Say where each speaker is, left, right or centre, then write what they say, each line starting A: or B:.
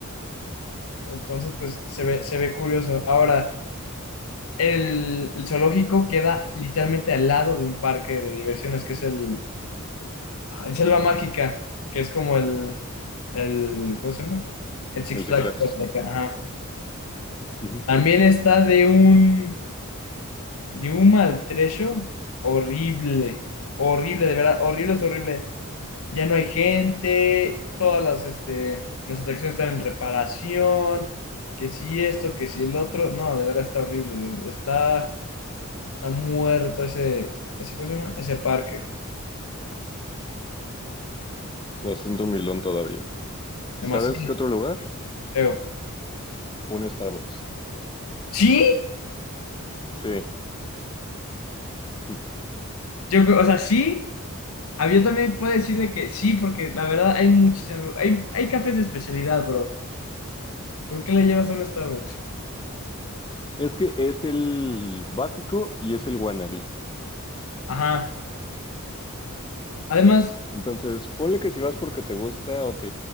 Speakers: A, on the left; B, on the left.
A: Entonces, pues se ve, se ve curioso. Ahora, el, el zoológico queda literalmente al lado de un parque de diversiones, que es el, ah, el Selva Mágica, que es como el, el, ¿cómo se llama? El Six
B: el
A: Flags.
B: Six Flags.
A: Ajá.
B: Ujú.
A: También está de un de un maltrecho horrible, horrible, de verdad, horrible es horrible. Ya no hay gente, todas las, este, las atracciones están en reparación, que si esto, que si el otro, no, de verdad está horrible, de- está, está muerto ese, ese, ¿cómo se llama? Ese parque,
B: Bastante humilón todavía. ¿Sabes
A: demasiado
B: qué otro lugar?
A: feo.
B: Un Starbucks.
A: Sí,
B: Sí. Mm.
A: yo, creo- o sea, sí. A yo también puedo decir de que sí, porque la verdad hay muchísimos, hay, hay cafés de especialidad, bro. ¿Por qué le llevas solo a Starbucks?
B: Es que es el básico y es el wannabe.
A: Ajá. Además,
B: Entonces, ponle que si vas porque te gusta, ok.